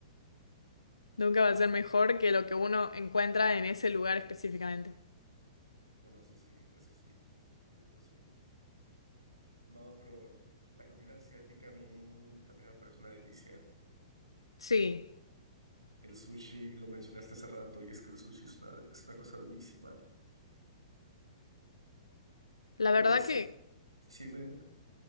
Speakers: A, on the left (about 80°); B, on the right (about 85°).
A: Nunca va a ser mejor que lo que uno encuentra en ese lugar específicamente.
B: Bueno, eso sí, eso sí, tienes razón. No, pero la comida asiática a mí también me parece una delicia.
A: Sí,
B: El sushi, lo mencionaste hace rato, y es que el sushi es una, es una cosa bellísima.
A: la
B: Pero,
A: verdad
B: o sea,
A: que,
B: sí, me-